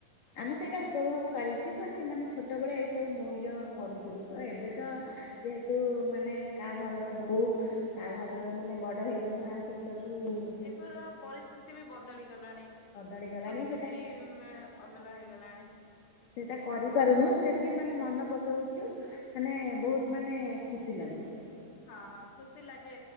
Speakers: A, on the left; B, on the left.
A: ଆମେ ସେଇଟା ଉପଭୋଗ କରିଚୁ ତ ମାନେ ଛୋଟ ଭଳିଆ ଏଇ ସବୁ ମ- ଇଏ କରୁଥିଲୁ ତ ଏବେ ତ
B: ହଁ
A: ଯେହେତ୍ ତୁ ମାନେ କା ଘରର ବହୂ କା ଘରର ମାନେ ବଡ ହେଇଗଲୁଣୁ ଆଉ ସେ ସବୁ
B: ଏବେର ପରିସ୍ଥିତି ବି ବଦଳି ଗଲାଣି
A: ବଦଳି ଗଲାଣି
B: ସବୁ
A: ସେଟା
B: କିଛି ଏଁ ଅଲଗା ହେଇଗଲାଣି।
A: ସେଇଟା କରିପାରୁନୁ ଫେରବି ମାନେ ମନେ ପକଉଛୁ। ମାନେ ବହୁତ ମାନେ ଖୁସି ଲାଗୁଛି।
B: ହଁ ଖୁସି ଲାଗେ